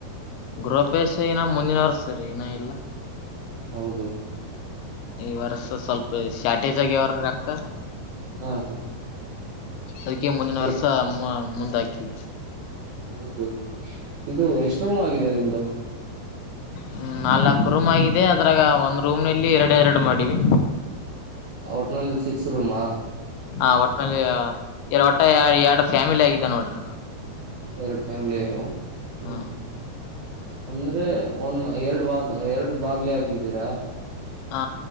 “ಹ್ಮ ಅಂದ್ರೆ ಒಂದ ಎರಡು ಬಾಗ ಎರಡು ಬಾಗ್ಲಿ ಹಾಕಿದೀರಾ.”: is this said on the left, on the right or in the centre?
Right